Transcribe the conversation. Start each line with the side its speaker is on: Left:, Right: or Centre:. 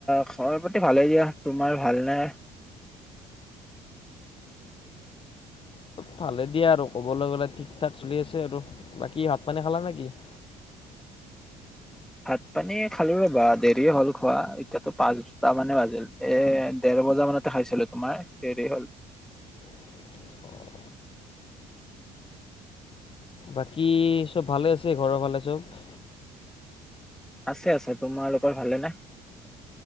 Centre: খবৰ পাতি ভালেই দিয়া, তোমাৰ ভালনে?
Left: ভালেই দিয়া আৰু। ক'বলৈ গ'লে ঠিক ঠাক চলি আছে আৰু। বাকী ভাত পানী খালা নেকি? <inaudible>
Centre: ভাত পানী খালো ৰ'বা দেৰি হ'ল খোৱা এতিয়াতো পাঁচটা মানে বাজিল এ দেৰ বজা মানতে খাইছিলো তোমাৰ দেৰি হ'ল।
Left: <inaudible> বাকী চব ভালে আছে ঘৰৰ ফালে চব?
Centre: আছে আছে। তোমালোকৰ ভালে নে?